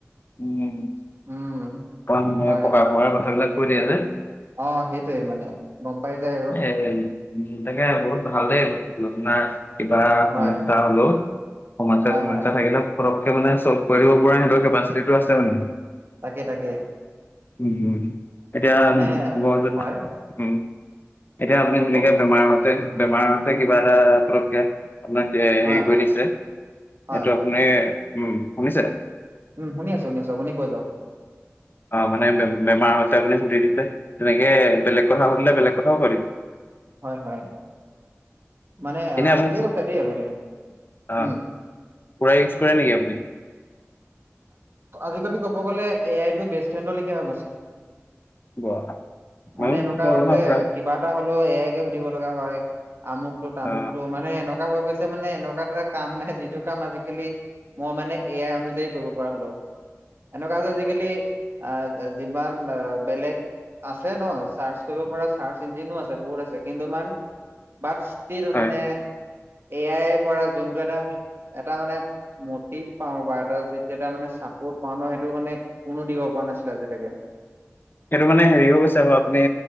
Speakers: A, on the left (about 45°); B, on the right (about 55°).
A: উম,
B: উম
A: <inaudible> কথাবিলাক
B: হয়
A: কৈ দিয়া যে।
B: অ, সেইটোৱে মানে। গম, পাই যায়। আৰু
A: এই, তাকে বহুত ভাল দেই, না কিবা সমস্যা
B: হয়
A: হ'লেও, সমস্যা-চমস্যা
B: হয় হয়
A: থাকিলেও পতকে মানে চল্ভ কৰি দিব পৰা, সেহেতৰ কেপাচিটিটো আছে মানে।
B: তাকে, তাকে।
A: উ, এতিয়া
B: মানে
A: <inaudible>
B: হয়
A: উম, এতিয়া আপুনি
B: কওক
A: ধুনীয়াকে,
B: কওক
A: বেমাৰতে, বেমাৰতে
B: উম
A: কিবা এটা পটককে আপোনাক হেৰি
B: হয়
A: কৰি দিছে,
B: হয়
A: সেইটো আপুনি উম, শুনিছে?
B: উম, শুনি আছো, শুনি আছো, আপুনি কৈ যাওক।
A: অ, মানে বেমাৰ হৈছে আপুনি সুধি দিছে, তেনেকে বেলেগ কথা সুধিলে, বেলেগ <unintelligible>
B: হয়, হয়, মানে
A: এনে আপুনি
B: ঠিকে কৈছে দেই, আপুনি।
A: অ'
B: উম,
A: পুৰা, ইওজ কৰে নেকি আপুনি?
B: আজিকালি ক'ব গলে এ, আই, টো, বেষ্ট ফ্ৰেণ্ডৰলৈকিয় হৈ গৈছিল।
A: বাহ! ময়ো
B: মানে এনেকুৱা
A: কৰোণাৰ
B: হৈছে,
A: পৰা
B: কিবা এটা হ'লেও এয়াকে সুধিব লগা হয়, আমুকটো-তামুকতটো
A: অ
B: মানে এনেকুৱা হৈ গৈছে। মানে এনেকুৱা এটা কাম নাই, যিটো কাম আজিকালি মই মানে এ, আই, অনুযায়ী কৰিব পৰা হলোঁ। এনেকুৱা যে আজিকালি, আহ যিমান বেলেগ আছে ন, চাৰ্চ কৰিব পৰা, চাৰ্চ ইঞ্জিনো আছে, বহুত আছে কিন্তু ইমান বাট ষ্টীল
A: হয়
B: মানে
A: হয়।
B: এ, আইৰ, পৰা যোনটো এটা, এটা মানে মটিভ পাওঁ বা এটা যি যে এটা মানে চাপৰ্ট পাওঁ ন, সেইটো মানে কোনো দিব পৰা নাছিলে আজিলৈকে।
A: সেইটো মানে হেৰি হৈ গৈছে, বাও <inaudible> আপুনি